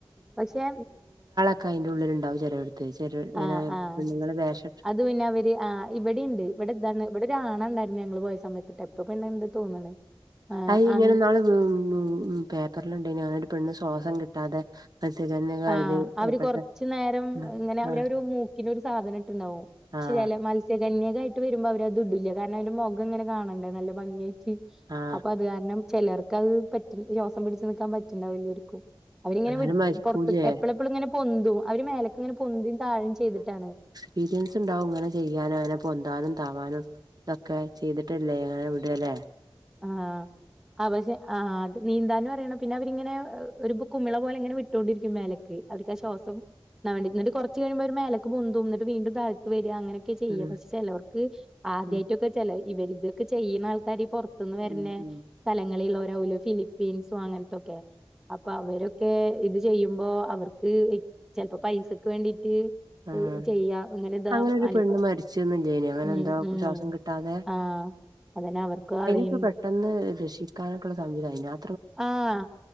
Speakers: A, in the centre; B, on the right.
A: പക്ഷെ
B: ക്കെ അയ്ന്റെ ഉള്ളില്ണ്ടാവും ചേലെട്ത്ത് ചേലോ ഇങ്ങനെ
A: ആഹ് ആഹ്
B: പെണ്ണ്ങ്ങള് വേഷ
A: അത് പിന്നെ അവര് ആഹ് ഇവടിണ്ട് ഇവടെ ഇതാണ് ഇവടെ ഒരാ ആണാണ്ടായിര്ന്ന് ഞങ്ങള് പോയ സമയത് ഇപ്പോ പെണ്ണ്ണ്ട് തോന്ന്ണ്.
B: അത് ഇങ്ങനെ
A: ആഹ്
B: ഇന്നാള് ഉ ഊ പേപ്പർല് ണ്ടായിനു ഒരു പെണ്ണ് ശ്വാസം കിട്ടാതെ <unintelligible>
A: ആഹ് അവര്
B: ഏർപ്പെട്ട
A: കൊർച്ചു നേരം
B: ആഹ്
A: ഇങ്ങനെ അവര്
B: ആഹ്
A: ഒരു മൂക്കിന് ഒരു സാധനം ഇട്ട്ണ്ടാവും.
B: ആഹ്
A: ശരിയല്ല മത്സ്യകന്യകായിട്ട് വരുമ്പോ അവര് അത് ഇടില്ല, കാരണം അയ്ന്റെ മുഖംങ്ങനെ കാണണ്ടേ നല്ല ഭംഗിയായിട്ട്.
B: ആഹ്
A: അപ്പൊ അത് കാരണം ചേലർക്ക് അത് പറ്റ ശ്വാസം പിടിച്ച് ന്ക്കാം പറ്റ്ണ്ടാവുലേര്ക്കും. അവരിങ്ങെനെ
B: അതാലും
A: വ്
B: മരിക്കൂലേ
A: പൊർത്ത് എപ്പളെപ്പളും ഇങ്ങനെ പൊന്തും അവര് മേലേക്ക് ഇങ്ങനെ പൊന്തും താഴും ചെയ്തിട്ടാണ്.
B: പീരിയൻസ്ണ്ടാവും ഇങ്ങനെ ചെയ്യാനും അങ്ങനെ പൊന്താനും താവാനും. തൊക്കെ ചെയ്തിട്ടല്ലേ ങ്ങനെ വ്ടല്ലേ.
A: ആഹ് ആ പക്ഷെ ആഹ് അത് നീന്താനു അറിയണം പിന്നെ അവരിങ്ങനെ ഒരു കുമിള പോലെ ഇങ്ങനെ വിട്ടോണ്ടിരിക്കും മേലേ അവർക്ക് ആഹ് ശ്വാസം <unintelligible> ന്നിട്ട് കൊർച്ച് കഴിയുമ്പോ അവര് മേലക്ക് പൊന്തും ന്നിട്ട് വീണ്ടും താഴ്ത്ത് വരാ അങ്ങനെ ചെയ്യാ
B: ഉം
A: പക്ഷെ ചേലോർക്ക് ആദ്യായിട്ടൊക്കെ
B: ഉം
A: ചലോ ഇവരി ഇതൊക്കെ ചെയ്യ്ന ആൾക്കാര് പൊറ ത് ന്ന് വര്ണെ
B: ഉം ഉം
A: സ്ഥലങ്ങളിൽ ല്ലോരാവൂ ലേ ഫിലിപ്പീൻസും അങ്ങൻത്തൊക്കെ. അപ്പൊ അവരൊക്കെ ഇത് ചെയ്യുമ്പോ അവർക്ക് ചേൽപ്പോ പൈസക്ക് വേണ്ടീട്ട്
B: ആഹ്
A: ചെയ്യാ ഇങ്ങനെതാ
B: അങ്ങനെ ഒരു
A: അനുഭവം
B: പെണ്ണ് മരിച്ചന്നില്ലേനോ അങ്ങനെ
A: ഉ
B: എന്തോ
A: ഉ
B: ശ്വാസം കിട്ടാതെ
A: ആഹ അതനെ അവർക്ക് അറിയ
B: ഇ പെട്ടെന്ന് രക്ഷിക്കാനായിട്ടുള്ള സംവിതംഞ്ഞാൽ
A: ആഹ്